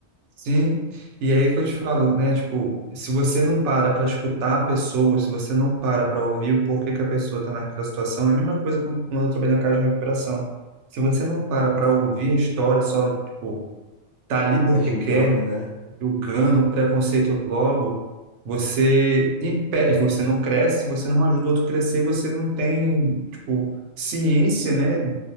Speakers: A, on the right; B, on the left.
A: sim. E é aí que eu te falo, né? Tipo, se você não para para escutar a pessoa, se você não para para ouvir o porquê que a pessoa está naquela situação, é a mesma coisa com- quando eu trabalhei na casa de recuperação. Se você não para para ouvir a história, só, tipo, tá ali porque
B: Vai julgando,
A: quer,
B: né?
A: julgando, preconceito logo, você impede, você não cresce, você não ajuda o outro a crescer, você não tem, tipo, ciência, né,